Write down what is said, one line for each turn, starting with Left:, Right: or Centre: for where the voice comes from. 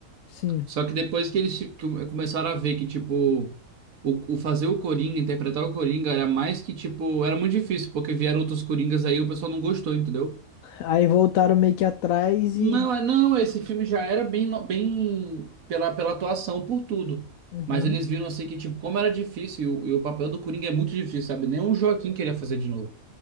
Left: Sim.
Right: Só que depois que eles tipo, começaram a ver que, tipo, o, o fazer o Coringa, interpretar o Coringa, era mais que, tipo, era muito difícil, porque vieram outros Coringas aí e o pessoal não gostou, entendeu?
Left: Aí voltaram meio que atrás
Right: Não,
Left: e
Right: é- não, esse filme já era bem, no- bem pela, pela atuação, por tudo.
Left: Uhum.
Right: Mas eles viram assim que, tipo, como era difícil, e o, e o papel do Coringa é muito difícil, sabe? Nem o Joaquim queria fazer de novo,